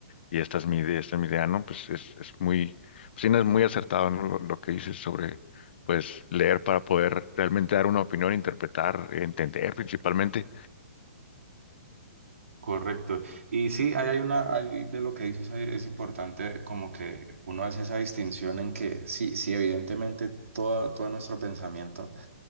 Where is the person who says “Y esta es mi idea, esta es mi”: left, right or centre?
Left